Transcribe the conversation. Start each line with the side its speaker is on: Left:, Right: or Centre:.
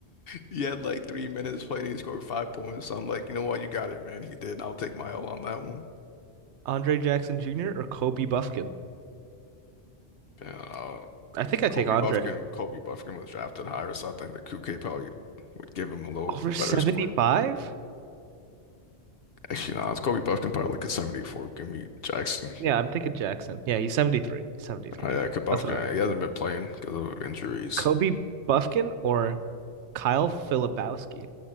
Left: He had like three minutes played, and he scored five points. So I'm like, you know what, you got it, man. He did. I'll take my L on that one.
Right: Andre Jackson Jr. or Kobe Bufkin.
Left: Yeah, uh,
Right: I think I
Left: Kobe
Right: take Andre
Left: Bufkin, Kobe Bufkin was drafted higher, so I think that Kuke probably would give him a little
Right: over 75.
Left: better score. Actually, no, it's Kobe Bufkin probably like a 74. Give me Jackson.
Right: Yeah, I'm thinking Jackson. Yeah, he's 73. He's 73.
Left: Oh, yeah, 'cause Bufkin,
Right: That's what I was thinking.
Left: he hasn't been playing because of injuries.
Right: Kobe Bufkin or Kyle Filipowski.